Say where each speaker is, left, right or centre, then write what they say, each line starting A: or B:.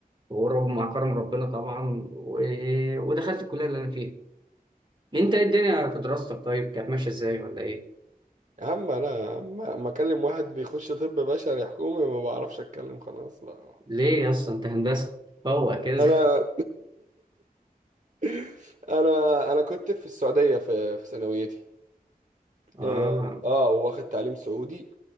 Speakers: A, on the right; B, on the right.
A: ورب مع كرم ربنا طبعا و... ودخلت الكليه اللي انا فيها انت ايه الدنيا في دراستك طيب كانت ماشيه ازاي ولا ايه
B: يا عم انا ما ما اكلم واحد بيخش طب بشري حكومي ما بعرفش اتكلم خلاص بقى
A: ليه يا اسطى انت هندسه هو كده
B: انا <laughs> انا انا كنت في السعودية في في ثانويتي
A: <laughs> اه
B: اه آه، واخد تعليم سعودي